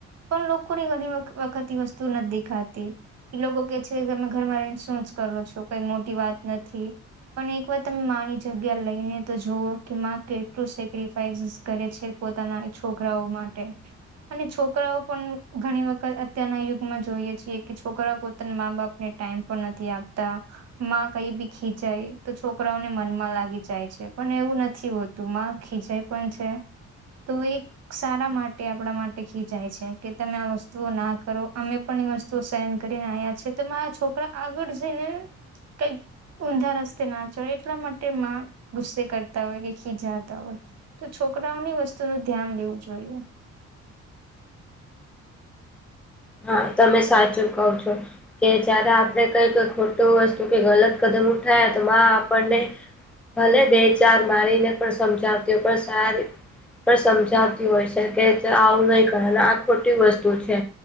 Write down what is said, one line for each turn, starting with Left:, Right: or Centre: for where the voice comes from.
Right: પણ લોકો ને ઘણી વખત વસ્તુ નથી દેખાતી એ લોકો કે છે તમે ઘરમાં રહીને શું જ કરો છો? કઈ મોટી વાત નથી. પણ એક વાર તમે માની જગ્યા લઈને તો જુવ કે માં કેટલું સેક્રિફાઈસ કરે છે. પોતાના છોકરાઓ માટે અને છોકરાઓ પણ ઘણી વખત અત્યારના યુગમાં જોઈએ છીએ કે છોકરાઓ પોતાના મા બાપને ટાઈમ પણ નથી આપતા માં કઈ બી ખીજાય તો છોકરાઓને મનમાં લાગી જાય છે પણ એવું નથી હોતું માં ખીજાય પણ છે તો એ સારા માટે આપણા માટે ખીજાય છે કે તમે આ વસ્તુઓ ના કરો અમે પણ એ વસ્તુ સહન કરીને આવ્યા છીએ તો મારા છોકરા આગળ જઈને કંઈક ઊંધા રસ્તે ના ચડે એટલા માટે માં ગુસ્સે કરતા હોય કે ખીજાતા હોય તો છોકરાઓની વસ્તુ નું ધ્યાન લેવું જોઈએ
Centre: હા તમે સાચું કહો છો કે જયારે આપડે કઈ કઈ ખોટું વસ્તુ કે ગલત કદમ ઉઠાયા તો માં આપણને ભલે બે ચાર મારીને પણ સમજાવતી હો પણ સારી પણ સમજાતી હોય છે કે આવું નહી કરે આ ખોટી વસ્તુ છે.